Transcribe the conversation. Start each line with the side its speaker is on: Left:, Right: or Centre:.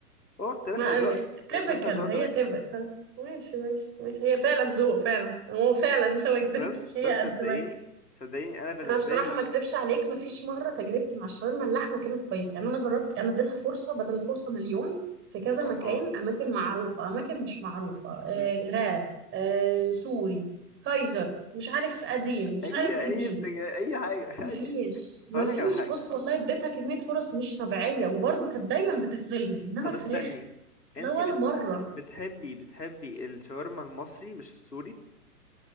Left: هو اختلاف
Right: ما
Left: اذواق
Right: تيبكال
Left: اختلاف اذواق في
Right: هي
Left: الاكل
Right: تيبكال ماشي ماشي ماشي هي فعلا ذوق فعلا هو فعلا انت ما كدبتش
Left: بس
Right: هي
Left: بس
Right: اذواق
Left: صدقيني صدقيني انا بالنسبه
Right: انا بصراحه
Left: لي
Right: ما اكدبش عليك ما فيش مره تجربتي مع الشاورما اللحمه كانت كويسه يعني انا جربت انا اديتها فرصه بدل الفرصه مليون في كذا
Left: اها
Right: مكان اماكن معروفه اماكن مش معروفه آه
Left: م- م.
Right: راب آه سوري كايزر مش عارف قديم مش
Left: اي
Right: عارف جديد
Left: اي بتنج... اي حاجه
Right: ما فيش
Left: <laughs> اي
Right: ما
Left: هقول
Right: فيش
Left: لك على حاجه
Right: بص والله اديتها كميه فرص مش طبيعيه وبرضه كانت دايما بتخذلني انما
Left: طب
Right: الفراخ
Left: استني
Right: لا
Left: انت
Right: ولا
Left: بت...
Right: مره
Left: بتحبي بتحبي الشاورما المصري مش السوري